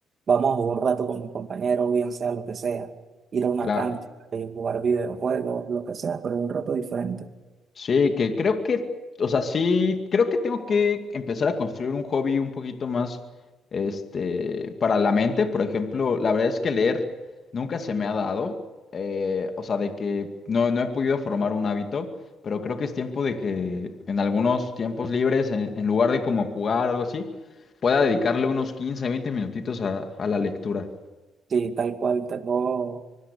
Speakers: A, on the right (about 50°); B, on the left (about 45°).
A: vamos a jugar un rato con mis compañeros, bien sea lo que sea, ir a una
B: Claro.
A: cancha, eh, jugar videojuegos, lo que sea, pero un rato diferente.
B: Sí, que creo que, o sea, sí, creo que tengo que empezar a construir un hobby un poquito más, este, para la mente. Por ejemplo, la verdad es que leer nunca se me ha dado, eh, o sea, de que no, no he podido formar un hábito, pero creo que es tiempo de que en algunos tiempos libres, en, en lugar de como jugar o algo así, pueda dedicarle unos 15, 20 minutitos a, a la lectura.
A: Sí, tal cual, tengo